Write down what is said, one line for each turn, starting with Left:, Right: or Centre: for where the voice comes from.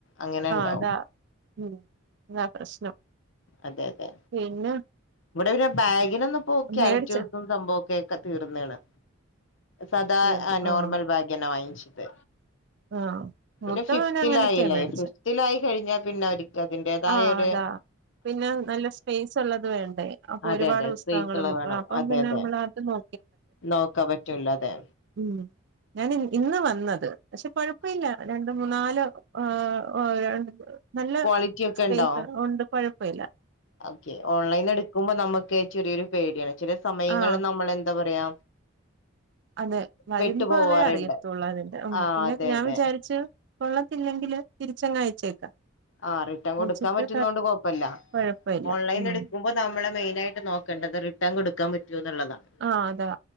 Left: അങ്ങനെ ഉണ്ടാവും
Right: അതാ ഉം അതാ പ്രശ്നം
Left: അതെ അതെ
Right: പിന്നെ
Left: ഇവിടെ പിന്നെ ബാഗിനൊന്നും പോ ക്യാരക്ടേഴസും
Right: മേടിച്ചാ
Left: സംഭവക്കെ തീർന്നണ് സധാ
Right: തീർന്നു
Left: നോർമൽ
Right: ആഹ്
Left: ബാഗെന്നാ വാങ്ങിച്ചിത്
Right: ആഹ് മൂത്തവന്
Left: പിന്നെ ഫിഫ്തിലയില്ലേ
Right: അങ്ങനത്തെയാ മേടിച്ചേ
Left: ഫിഫ് ത്തിലായി കഴിഞ്ഞാൽ പിന്നെ അവർക്ക് അതിൻ്റേതായൊരു
Right: ആഹ് അതാ പിന്നെ നല്ല സ്പേസ് ഉള്ളത് വേണ്ടേ അപ്പൊ
Left: അതെ
Right: ഒരുപാട്
Left: അതെ
Right: പുസ്തകങ്ങൾ
Left: സ്പേസ് ഉള്ളത്
Right: ബുക്കും
Left: വേണം
Right: അപ്പൊ
Left: അതെ
Right: പിന്നെ
Left: അതെ
Right: നമ്മളത് നോ
Left: നോക്കാൻ പറ്റൂല അതെ
Right: ഉം ഞാൻ ഇന്ന വന്നത് പക്ഷെ കൊഴപ്പല്ല രണ്ട് മൂന്നാല് ആഹ് ഓഹ് നല്ല
Left: ക്വാളിറ്റി ഒക്കെ
Right: സ്പേസ്
Left: ഉണ്ടോ
Right: ഉണ്ട് കുഴപ്പമില്ല
Left: ഓക്കെ ഓൺലൈൻ എടുക്കുമ്പോ നമുക്ക് ചെറിയൊരു പേടിയാണ് ച സമയങ്ങളിൽ
Right: ആഹ്
Left: നമ്മള് എന്താ പറയാ
Right: അതെ വരുമ്പുകളളെ
Left: പെട്ടു പോവാറുണ്ട്
Right: അറിയത്തുള്ളൂ അതിന്റെ ഉം
Left: ആഹ്
Right: പിന്നെ
Left: അതെ
Right: ഞാൻ
Left: അതെ
Right: വിചാരിച്ചു കൊള്ളത്തില്ലെങ്കില് തിരിച്ചെങ്ങ് അയച്ചേക്കാം
Left: ആഹ് റിട്ടേൺ
Right: അയച്ചിട്ട്
Left: കൊടുക്കാൻ പറ്റുന്ന കൊണ്ട് കൊഴപ്പില്ല
Right: കൊഴപ്പമില്ല
Left: ഓൺലൈൻ
Right: ഉം
Left: എടുക്കുമ്പോ നമ്മെ മെയിനായിട്ട് നോക്കണ്ടത് റിട്ടേൺ കൊടുക്കൻ പറ്റോ എന്നുള്ളതാണ്
Right: ആഹ് അതാ